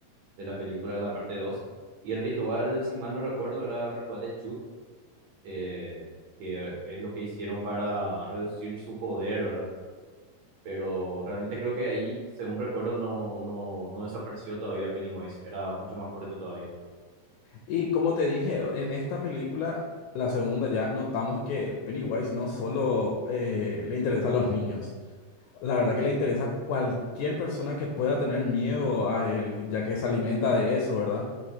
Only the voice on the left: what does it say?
Y como te dije, en esta película, la segunda ya, notamos que Pennywise no solo eh, le interesa a los niños, la verdad que le interesa a cualquier persona que pueda tener miedo a él, ya que se alimenta de eso, ¿verdad?